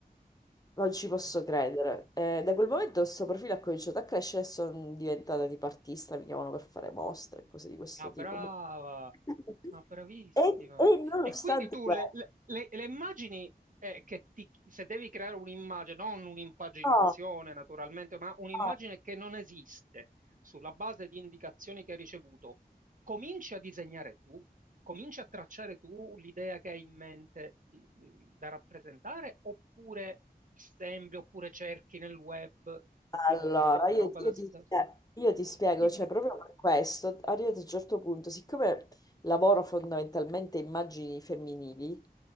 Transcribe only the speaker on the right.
Mm.
Ah, brava,
ma bravissima.
E quindi tu
le, le- le- le immagini eh, che ti, se devi creare un'immagine, non un'impaginazione
naturalmente, ma un'immagine
che non esiste sulla base di indicazioni che hai ricevuto, cominci a disegnare tu, cominci a tracciare tu l'idea che hai in mente di- da rappresentare, oppure assembli, oppure cerchi nel web eh,
roba
da,
da...
Dimmi,
dimmi.